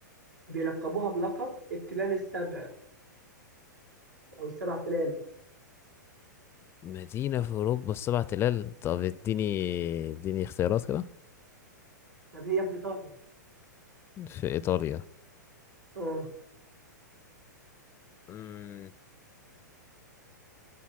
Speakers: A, on the right; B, on the left.
A: بيلقبوها بلقب التلال السبع أو السبع تلال
B: مدينة في أوروبا السبع تلال طب اديني اديني اختيارات كده
A: طب هي في إيطاليا
B: في إيطاليا
A: أه
B: مم.